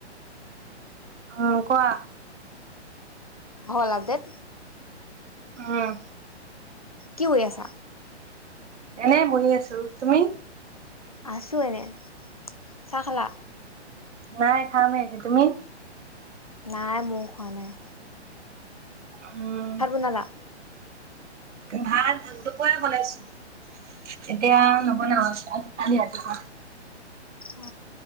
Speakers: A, on the right; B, on the left.
A: অ কোৱা?
B: হ'ল আপডেট?
A: অহ।
B: কি কৈ আছা?
A: এনেই বহি আছো। তুমি?
B: আছো এনে। চা খালা?
A: নাই খামহে এতে। তুমি?
B: নাই মোৰ খোৱা নাই।
A: উম
B: ভাত বনালা?
A: ভাত দুপৰীয়া বনাইছো। এতিয়া
B: অ',
A: নবনাও <unintelligible> কালি ৰাতিপুৱা।
B: অ